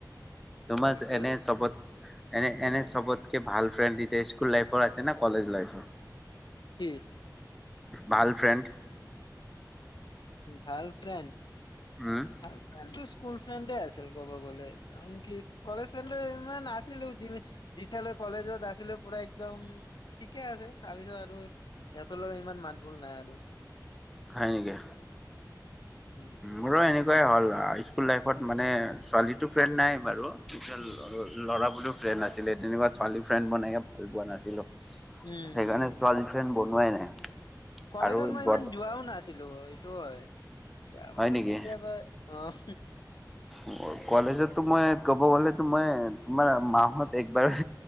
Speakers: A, in the centre; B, on the left.
A: তোমাৰ
B: ঠিকে
A: <inaudible> এনে
B: আছে।
A: চবত এনে, এনে চবতকৈ ভাল ফ্ৰেণ্ড এতিয়া স্কুল লাইফৰ আছে না কলেজ লাইফৰ।
B: কি?
A: ভাল ফ্ৰেণ্ড,
B: ভাল ফ্ৰেণ্ড?
A: উম'
B: সেইটো স্কুল ফ্ৰেণ্ডে আছিল ক'ব গ'লে। <unintelligible> কলেজ ফ্ৰেণ্ডটো ইমান আছিলো যিমা যেতিয়ালৈ কলেজত আছিলো পুৰা একদম ঠিকে আছে, তাৰপিছত আৰু সিহঁতৰ লগত ইমান মাত বোল নাই আৰু।
A: হয় নেকি?
B: উম।
A: মোৰো এনেকুৱাই হ'ল, স্কুল লাইফত মানে ছোৱালীটো ফ্ৰেণ্ড নাই বাৰু। <unintelligible>
B: উম।
A: ল'ৰাবোৰো ফ্ৰেণ্ড আছিলে তেনেকুৱা ছোৱালী ফ্ৰেণ্ড বনাইয়ে ভাল পোৱা নাছিলোঁ।
B: উম,
A: সেইকাণে
B: উম,
A: ছোৱালী ফ্ৰেণ্ড বনোৱাই নাই।
B: কলেজত
A: আৰু
B: মই
A: বৰ্ত
B: ইমান যোৱাও নাছিলোঁ সেইটো হয়। যাওঁ
A: হয়
B: আৰু
A: নেকি?
B: কেতিয়াবা। অ'।
A: মোৰ কলেজতটো মই ক'ব গলেতো মই তোমাৰ মাহত একবাৰ